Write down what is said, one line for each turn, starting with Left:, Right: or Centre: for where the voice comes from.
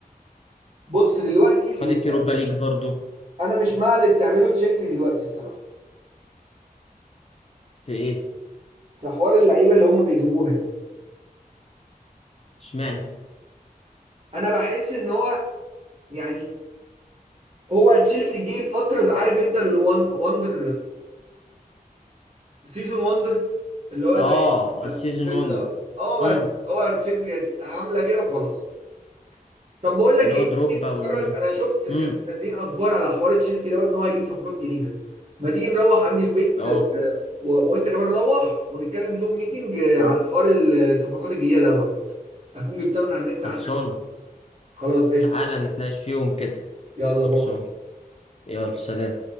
Right: بص دلوقتي
Left: خدت
Right: اللي...
Left: يوروبا ليج برضو
Right: انا مش مع اللي بتعمله تشيلسي دلوقتي الصراحه
Left: في ايه
Right: في حوار اللعيبه اللي هم بيجيبوها دي
Left: اشمعنى
Right: انا بحس ان هو يعني هو تشيلسي جه فتره عارف انت الوان واندر سيزون وندر اللي هو زي
Left: اه السيزون
Right: بالظبط
Left: 1 ده
Right: اه
Left: امم
Right: بس هو تشيلسي كانت عامله كده وخلاص طب بقول لك
Left: اللي
Right: ايه
Left: هو دروجبا
Right: تيجي تتفرج
Left: وان
Right: انا شفت كانوا
Left: امم
Right: نازلين اخبار على حوار تشيلسي دوت ان هو هيجيب صفقات جديده ما تيجي نروح عندي البيت
Left: اه
Right: و... وانت كمان روح ونتكلم زوم ميتنج على
Left: أوه.
Right: حوار الصفقات الجديده دوت اكون جبتها من على النت
Left: خلصانه
Right: عندك خلاص قشطه
Left: تعالى نتناقش فيهم كده
Right: يلا
Left: خلصانه
Right: باي
Left: يلا سلام